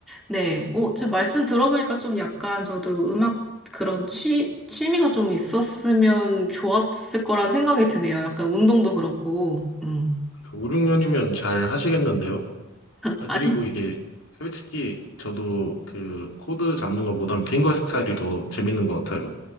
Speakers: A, in the centre; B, on the left (about 65°).
A: 네. 어, 지금 말씀 들어보니까 좀 약간 저도 음악 그런 취, 취미가 좀 있었으면 좋았을 거란 생각이 드네요. 약간 운동도 그렇고, 음.
B: 5, 6년이면 잘 하시겠는데요? 아,
A: 아니,
B: 그리고 이게 솔직히 저도 그 코드 잡는 것보단 핑거 스타일이 더 재밌는 것 같아요.